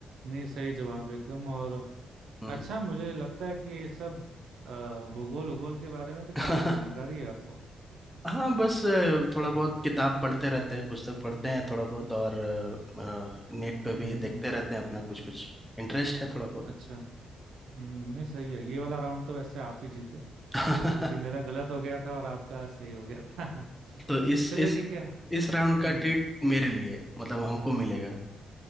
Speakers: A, on the right (about 75°); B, in the centre.
A: नहीं सही जवाब एकदम और
B: हम्म
A: अच्छा मुझे लगता है कि ये सब अ, भूगोल उगोल के बारे में भी काफी
B: <laughs>
A: जानकारी है आपको
B: हाँ बस अ, थोड़ा
A: हम्म
B: बहुत किताब पढ़ते रहते हैं पुस्तक पढ़ते हैं थोड़ा बहुत और अ, अ, नेट पे
A: हम्म
B: भी
A: हम्म,
B: देखते
A: हम्म।
B: रहते हैं अपना कुछ कुछ इंटरेस्ट है थोड़ा बहुत
A: अच्छा हम्म नहीं सही है ये वाला राउंड तो वैसे आप ही जीते
B: <laughs>
A: क्योंकि मेरा गलत हो गया था और आपका सही हो गया था <laughs>
B: तो इस
A: चलिए
B: इस
A: ठीक है
B: इस राउंड
A: हम्म
B: का ट्रीट मेरे लिए है, मतलब हमको मिलेगा